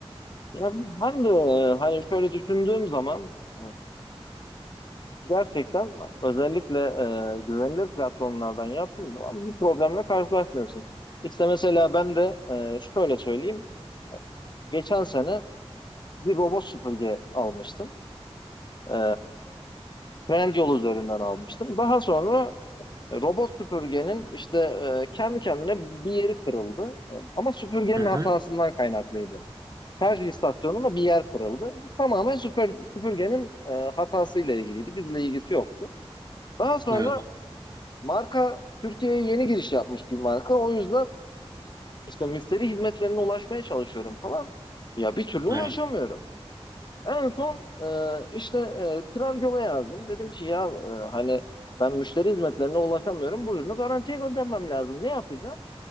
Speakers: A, on the left (about 45°); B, on the right (about 35°).
A: Ya ben de e, hani şöyle düşündüğüm zaman e, Gerçekten özellikle e, güvenilir platformlardan yaptığın zaman bir problemle karşılaşmıyorsun. İşte mesela ben de e, şöyle söyleyeyim. Geçen sene bir robot süpürge almıştım. E, Trendyol üzerinden almıştım. Daha sonra robot süpürgenin işte e, kendi kendine bir yeri kırıldı. E, Ama süpürgenin
B: Hı
A: hatasından
B: hı,
A: kaynaklıydı. Şarj istasyonunda bir yer kırıldı. Tamamen süpür, süpürgenin e, hatasıyla ilgiliydi. Bizle ilgisi yoktu. Daha sonra
B: evet,
A: Marka Türkiye'ye yeni giriş yapmış bir marka. O yüzden işte müşteri hizmetlerine ulaşmaya çalışıyorum falan. Ya bir türlü ulaşamıyorum.
B: evet.
A: En son e, işte e, Trendyol'a yazdım. Dedim ki ya e, hani ben müşteri hizmetlerine ulaşamıyorum. Bu ürünü garantiye göndermem lazım. Ne yapacağım?